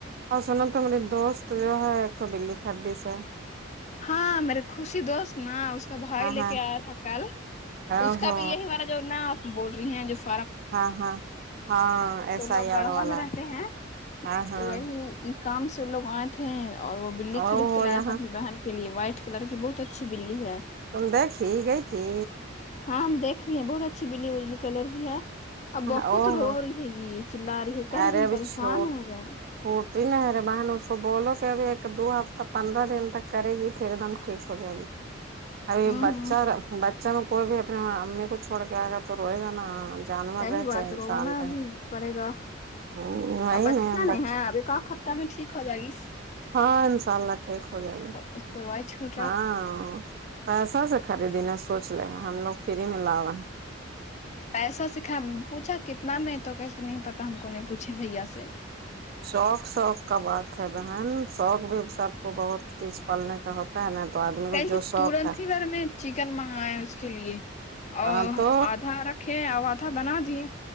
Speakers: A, on the right; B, on the left.
A: اور سنو تو مری دوست جو ہے ایک تو بلی خریدی سے
B: ہاں میرے خوشی دوست نا اس کا بھائی
A: ہاں
B: لے
A: ہاں
B: کے آیا تھا کل
A: او
B: اس کا
A: ہو
B: بھی یہی والا جو نہ آپ بول رہی ہیں جس
A: ہاں ہاں ہاں ایس
B: تو
A: آئی
B: لوگ گڑھوا
A: آر والا
B: میں رہتے ہیں
A: ہاں ہاں
B: تو وہی اایک کام سے وہ لوگ آئے تھے اور وہ بلی
A: او
B: خرید کے
A: ہو
B: لایا
A: یہاں
B: تھا اپنی بہن کے لیے وائٹ کلر کی بہت اچھی بلی ہے
A: تم دیکھی گئی تھی
B: ہاں ہم دیکھ لیے بہت اچھی بلی اجلی کلر کی ہے اب بہت
A: او
B: رو
A: ہو
B: گ یہ چلا رہی ہے کر رہی
A: ارے
B: کہ ہم
A: ابھی
B: پریشان
A: چھوٹ
B: ہو گئے
A: چھوٹی نا ارے بہن اس کو بولو کہ ابھی ایک دو ہفتہ پندرہ دن تک کرے گی پھر ایک دم ٹھیک ہو جائے گی اب
B: ہوں
A: بچہ
B: ہوں
A: جب کوئی بھی اپنے امی کو چھوڑ کے آ گا تو روے گا نا جانور
B: صحیح
A: رہے چاہے
B: بات
A: انسان
B: رونا
A: رہے
B: بھی پڑے گا
A: وہی
B: اب اچھا
A: نا بچہ
B: نہیں ہے ابھی کا طبیعت میں ٹھیک ہو جائیگی اس
A: ہاں انشاء اللہ ٹھیک ہو جائے گے
B: اس پروائٹ چو
A: ہاں پیسہ سے خریدی نا سونچ لے ہم لوگ فری میں لاوے ہیں
B: پیسا سے پوچھا کتنا میں تو کہسے نہیں پتا ہم کو نہیں پوچھے بھیا سے
A: شوق شوق کا بات ہے بہن شوق بھی سب کو بہت چیز پالنے کا ہوتا ہے نا تو آدمی
B: کہ
A: کو جو
B: کہ
A: شوق
B: ترنت
A: ہے
B: ہی بھر میں چکن منگایا اس کے لیے ا
A: ہاں تو
B: آدھا رکھے اب آدھا بنا دیے